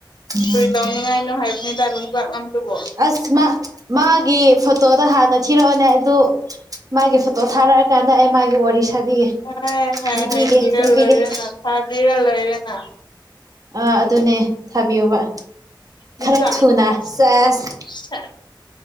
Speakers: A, on the right (about 45°); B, on the left (about 60°).
A: ꯎꯝ
B: ꯀꯔꯤ ꯇꯧꯅꯤꯡꯉꯥꯏꯅꯣ ꯍꯥꯏꯕꯅꯤꯗ ꯅꯨꯡꯖꯥꯛ ꯉꯝꯗꯨꯕꯨ
A: ꯑꯁ ꯃꯥ ꯃꯥꯒꯤꯦ ꯐꯇꯣ ꯍꯥꯟꯅ ꯊꯤꯔꯛꯑꯅꯦ ꯑꯗꯨ ꯃꯥꯒꯤ ꯐꯣꯇꯣ ꯊꯥꯔꯛꯑ ꯀꯥꯟꯗ ꯑꯩ ꯃꯥꯒꯤ ꯋꯥꯔꯤ ꯁꯥꯕꯤꯒꯦ
B: ꯍꯥꯏ ꯍꯥꯏ
A: ꯂꯤꯕꯤꯒꯦ
B: ꯍꯥꯏ ꯊꯤꯔ
A: ꯂꯤꯕꯤꯒꯦ
B: ꯂꯣꯏꯔꯦꯅ ꯊꯥꯕꯤꯔ ꯂꯣꯏꯔꯦꯅ
A: ꯑ ꯑꯗꯨꯅꯦ ꯊꯥꯕꯤꯌꯣꯕ
B: ꯅꯨꯡꯖꯥꯛ
A: ꯐꯔꯛ ꯊꯨꯅꯥ
B: ꯉꯝ
A: ꯁꯥꯁ
B: ꯁꯦꯁ